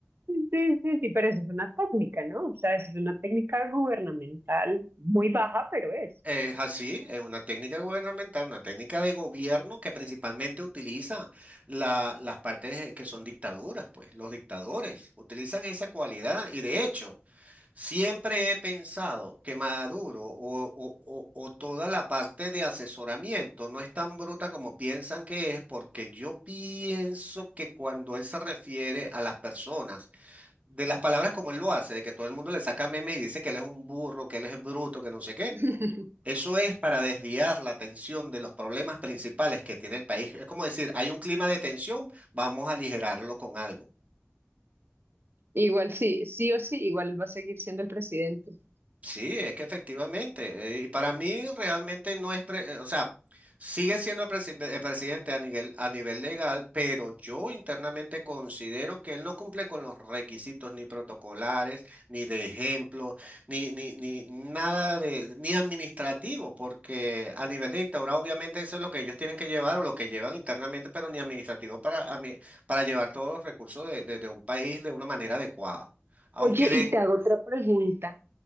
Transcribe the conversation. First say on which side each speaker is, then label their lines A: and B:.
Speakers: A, on the right; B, on the right.
A: sí, sí, sí, pero eso es una técnica, ¿no? O sea, eso es una técnica gubernamental muy baja, pero es.
B: Es así, es una técnica gubernamental, una técnica de gobierno que principalmente utiliza la- las partes que son dictaduras, pues los dictadores utilizan esa cualidad y de hecho... Siempre he pensado que Maduro o, o- o- o toda la parte de asesoramiento no es tan bruta como piensan que es, porque yo pienso que cuando él se refiere a las personas, de las palabras como él lo hace, de que todo el mundo le saca memes y dice que él es un burro, que él es bruto, que no sé qué,
A: <laughs>
B: eso es para desviar la atención de los problemas principales que tiene el país. Es como decir, hay un clima de tensión, vamos a aligerarlo con algo.
A: Igual sí, sí o sí, igual va a seguir siendo el presidente.
B: Sí, es que efectivamente, eh, y para mí realmente no es, pre- eh, o sea, sigue siendo el, presi- eh, presidente a nivel, a nivel legal, pero yo internamente considero que él no cumple con los requisitos ni protocolares, ni de ejemplo, ni, ni, ni nada de, ni administrativo, porque a nivel de dictadura obviamente eso es lo que ellos tienen que llevar o lo que llevan internamente, pero ni administrativo para, a mí- para llevar todos los recursos de, de de un país de una manera adecuada. Aunque
A: Oye,
B: de,
A: y te hago otra pregunta.